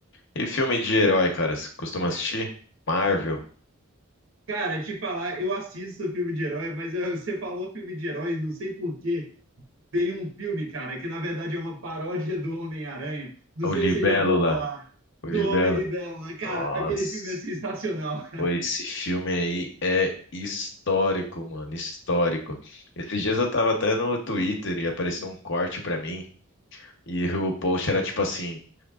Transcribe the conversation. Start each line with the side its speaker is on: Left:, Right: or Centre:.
Left: E filme de herói, cara? Você costuma assistir? Marvel,
Right: Cara, te falar, eu assisto filme de herói, mas eu, você falou filme de herói, não sei por porquê. Tem um filme, cara, que na verdade é uma paródia do Homem-Aranha. Não
Left: o
Right: sei
Left: Libélula.
Right: se você já ouviu falar
Left: O
Right: do
Left: Libelo.
Right: Homem Libelo, né? Cara,
Left: Nossa,
Right: aquele filme é sensacional.
Left: pô, esse filme aí é histórico, mano, histórico. Esses dias eu tava até no Twitter e apareceu um corte pra mim e o post era tipo assim: